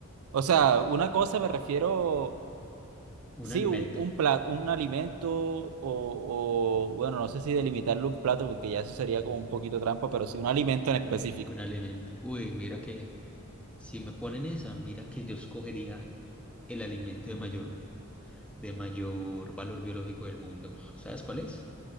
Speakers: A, on the right; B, in the centre.
A: O sea, una cosa me refiero
B: un
A: Sí,
B: alimento,
A: un, un plato, un alimento o, o, bueno, no sé si delimitarlo un plato porque ya eso sería como un poquito trampa, pero sí un alimento en
B: un,
A: específico.
B: un alimento. Uy, mira que si me ponen esa, mira que yo escogería el alimento de mayor, de mayor valor biológico del mundo. ¿Sabes cuál es?